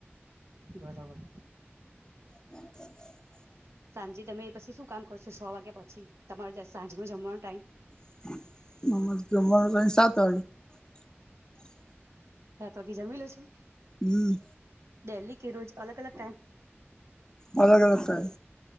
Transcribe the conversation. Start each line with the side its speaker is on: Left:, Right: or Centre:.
Right: બરાબર.
Left: <inaudible>
Right: સાંજે તમે પછી શું કામ કર છો છ વાગ્યા પછી તમારો સાંજ નો જમવાનો ટાઈમ
Left: <inaudible>
Right: હા તોકી જમી લો છો
Left: હમ
Right: ડેલી કે રોજ અલગ અલગ ટાઈમ
Left: અલગ અલગ ટાઈમ